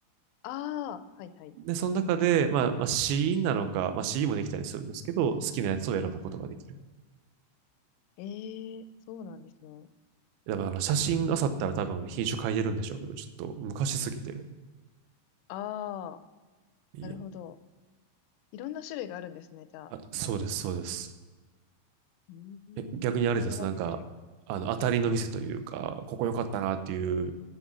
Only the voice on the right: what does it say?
で、その中で、まあ、まあ、シーンなのか、まあ、シーンもできたりするんですけど、好きなやつを選ぶことができる。
だからあの、写真あさったら多分品種変えてるんでしょうけど、ちょっと昔すぎて。
いいえ。
あ、そうです、
そうです。
え、逆にあれです、
なんか、あの、当たりの店というか、ここ良かったなっていう、